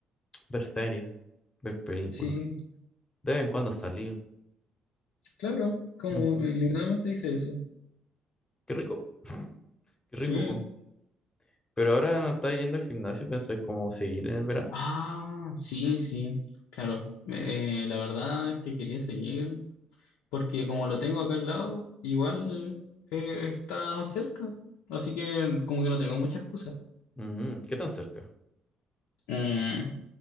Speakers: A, on the left; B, on the left.
A: ver series, ver películas,
B: sí,
A: de vez en cuando salir.
B: claro, como
A: Ujú.
B: eh, literalmente hice eso.
A: Qué rico, qué
B: Sí.
A: rico. po. Pero ahora no está yendo al gimnasio, pensé como seguir en el verano.
B: Ah, sí, sí, claro. Eh, la verdad es que quería seguir. porque como lo tengo acá al lado, igual eh, está cerca, así que como que no tengo mucha excusa.
A: Mm, ¿qué tan cerca?
B: Mm,